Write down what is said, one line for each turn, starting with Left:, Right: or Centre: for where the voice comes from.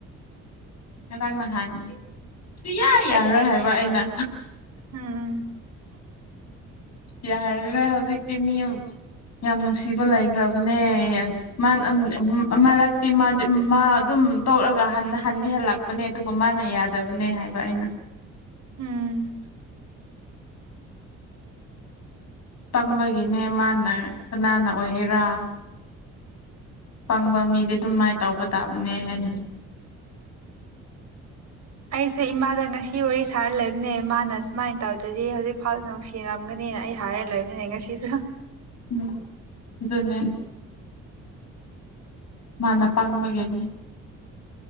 Left: ꯉꯔꯥꯡ ꯅꯍꯥꯟ ꯌꯥꯏ ꯌꯥꯔꯣꯏ
Right: ꯑꯩ
Left: ꯍꯥꯏꯕ ꯑꯩꯅ
Right: ꯎꯝ
Left: ꯌꯥꯔꯔꯦ ꯍꯧꯖꯤꯛꯇꯤ ꯃꯤ ꯌꯥꯝ ꯅꯨꯡꯁꯤꯕ ꯂꯩꯈ꯭ꯔꯕꯅꯦ ꯃꯥ ꯅꯝ ꯝ ꯃꯔꯛꯇꯤ ꯃꯥ ꯑꯗꯨꯝ ꯇꯣꯛꯂꯒ ꯍꯟꯊ ꯍꯜꯂꯛꯄꯅꯦ ꯑꯗꯨꯒ ꯃꯥꯅ ꯌꯥꯗꯕꯅꯦ ꯍꯥꯏꯕ ꯑꯩꯅ
Right: ꯎꯝ
Left: ꯇꯪꯕꯒꯤꯅꯦ ꯃꯥꯅ ꯀꯅꯥꯅ ꯑꯣꯏꯒꯦꯔꯥ꯫ ꯄꯪꯕ ꯃꯤꯗꯤ ꯑꯗꯨꯝ ꯃꯥꯏꯅ ꯇꯧꯕ ꯇꯥꯕꯅꯦꯅ
Right: ꯑꯩꯁꯦ ꯏꯃꯥꯗ ꯉꯁꯤ ꯋꯥꯔꯤ ꯁꯥꯔ ꯂꯩꯕꯅꯦ꯫ ꯃꯥꯅ ꯁꯨꯃꯥꯏ ꯇꯧꯗ꯭ꯔꯗꯤ ꯍꯧꯖꯤꯛ ꯏꯝꯐꯥꯜ ꯅꯨꯡꯁꯤꯔꯝꯒꯅꯤꯅ ꯑꯩ ꯍꯥꯏꯔ ꯂꯩꯕꯅꯦ ꯉꯁꯤꯁꯨ꯫
Left: ꯎꯝ ꯑꯗꯨꯅꯦ꯫ ꯃꯥꯅ ꯄꯪꯕꯒꯤꯅꯤ꯫